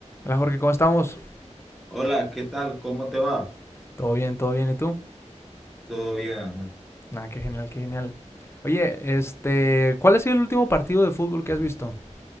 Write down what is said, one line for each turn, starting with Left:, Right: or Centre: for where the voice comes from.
Left: Hola Jorge, ¿cómo estamos?
Centre: Hola, ¿qué tal? ¿Cómo te va?
Left: Todo bien, todo bien, ¿y tú?
Centre: ¿Todo bien, Ángel?
Left: Ah, qué genial, qué genial. Oye, este, ¿cuál ha sido el último partido de fútbol que has visto?